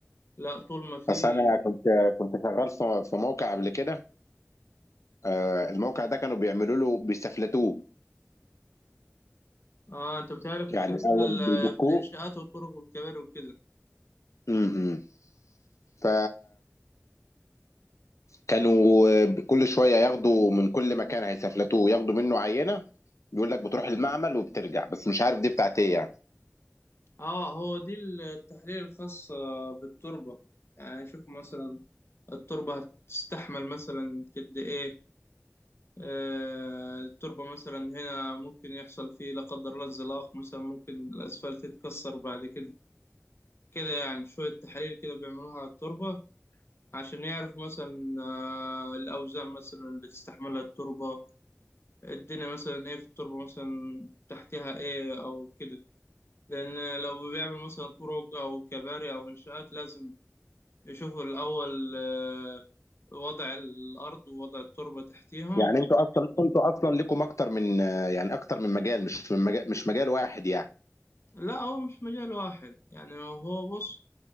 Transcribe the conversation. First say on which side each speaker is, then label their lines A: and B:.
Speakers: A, on the left (about 55°); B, on the left (about 80°).
A: لا طول ما فيش
B: بس انا كنت كنت شغال في في موقع قبل كده آه الموقع ده كانوا بيعملوا له بيستفلتوه
A: اه انت بتهيألي كنت
B: يعني
A: شغال
B: الاول
A: آه،
B: بيدقوه
A: في الانشاءات والطرق والكباري وكده
B: امم ف كانوا آه، كل شويه ياخدوا من كل مكان هيسافلتوه ياخدوا منه عينه يقول لك بتروح المعمل وبترجع بس مش عارف دي بتاعت ايه يعني
A: اه هو دي التحليل الخاص آه، بالتربة يعني شوف مثلا التربة هتستحمل مثلا قد ايه آه التربة مثلا هنا ممكن يحصل فيه لا قدر الله انزلاق مثلا ممكن الاسفلت يتكسر بعد كده كده يعني شوية تحاليل كده بيعملوها على التربة عشان يعرفوا مثلا آه الأوزان مثلا اللي تستحملها التربة الدنيا مثلا ايه في التربة مثلا تحتها ايه او كده لان لو بيعمل مثلا طرق او كباري او انشاءات لازم يشوفوا الاول آه، وضع الارض ووضع التربة تحتيهم
B: يعني انتوا اصلا انتوا اصلا ليكم اكتر من آه، يعني اكتر من مجال مش من مجال مش مجال واحد يعني
A: لا هو مش مجال واحد يعني هو بص